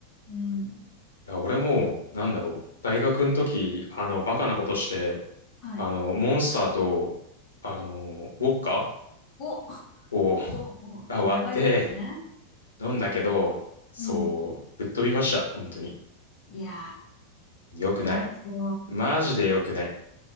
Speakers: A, on the left; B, on the left.
A: うん。
B: いや、俺も、なんだろう、大学の時、あの、バカなことして、
A: はい。
B: あの、モンスターと、あの、ウォッカ
A: お、お、
B: を <laughs>
A: お、
B: あ割って
A: そう、やばいやつですね。
B: 飲んだけど、そう、
A: うん。
B: ぶっ飛びました、本当に。
A: いや
B: 良くない。
A: ー、良くないですよ。
B: マジで良くない。